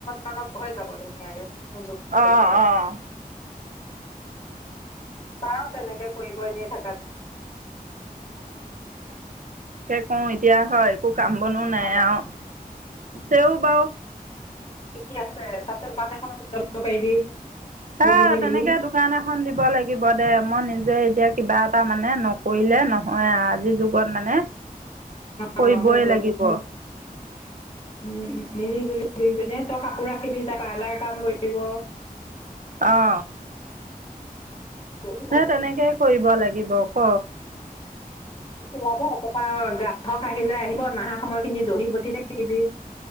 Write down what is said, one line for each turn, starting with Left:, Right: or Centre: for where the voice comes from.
Left: মানত হৈ যাব ধুনীয়াকে এযোৰ কটনৰ
Right: অঁ
Left: কাপোৰ
Right: অঁ
Left: চাও তেনেকে কৰিব এনেই থাকাত
Right: অ এতিয়া হয় কাম বনো নাই
Left: অঁ
Right: আৰু তেওঁ বাৰু
Left: কি কি আছে তাতে দোকান এখনত লব পাৰিবি দুইজনীয়ে
Right: আহ তেনেকে
Left: মিলি
Right: দোকান এখন দিব লাগিব দে মই নিজে এতিয়া কিবা এটা মানে নকৰিলে নহয় আজিৰ যুগত মানে
Left: অঁ
Right: কৰিবই
Left: সেইটোৱে
Right: লাগিব
Left: উম মিলি জুলি নে তই কাপোৰ ৰাখিবি তই পাৰ্লাৰ কাম কৰিব
Right: অ
Left: দহি
Right: সেই
Left: বতি
Right: তেনেকে কৰিব লাগিব অহ
Left: লাব একপা গ্ৰাহক আহিলে আহিব নাহা সময়খিনি দহি বতি থাকিবি